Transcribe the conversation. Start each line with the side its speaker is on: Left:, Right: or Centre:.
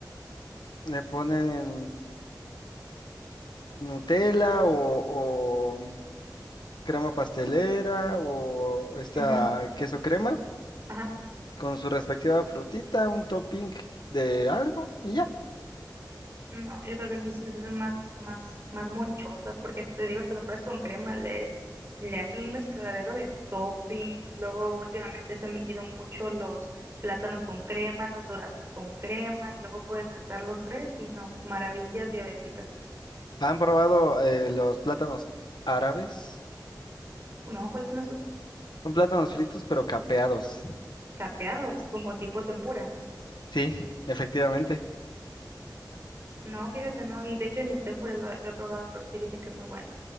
Left: le ponen Nutella o, o crema pastelera o esta
Right: Ujú,
Left: queso crema.
Right: Ajá.
Left: con su respectiva frutita, un topping de algo y ya.
Right: No, yo creo que aquí sí les hacen más, más, más monchosas, porque te digo, hasta las fresas con crema le, le hacen un mezcladero de toppings. Luego últimamente se han vendido mucho los plátanos con crema, los duraznos con crema, y luego puedes mezclar los tres y no, maravillas diabéticas.
Left: ¿Han probado eh, los plátanos árabes?
Right: No, ¿cuáles son esos?
Left: Son plátanos fritos pero capeados.
Right: Capeados, como tipo tempura.
Left: Sí, efectivamente.
Right: No, fíjate, no. De hecho, en el tempura lo, lo he probado, pero sí dicen que es muy bueno.